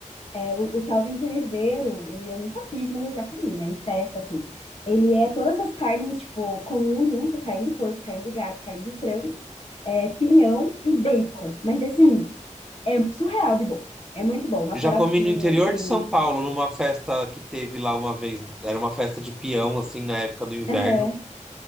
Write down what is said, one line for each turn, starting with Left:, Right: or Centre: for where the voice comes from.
Left: É, o, o tal do entrevero, ele eu nunca fiz, mas eu já comi, né? Em festa, assim. Ele é todas as carnes, tipo, comuns junto, carne de porco, carne de gato, carne de frango, é, pinhão e bacon. Mas assim, é surreal de bom. É muito bom. Uma
Centre: Já
Left: farofinha,
Centre: comi no interior
Left: assim.
Centre: de São Paulo, numa festa que teve lá uma vez. Era uma festa de peão, assim, na época do inverno.
Left: Aham.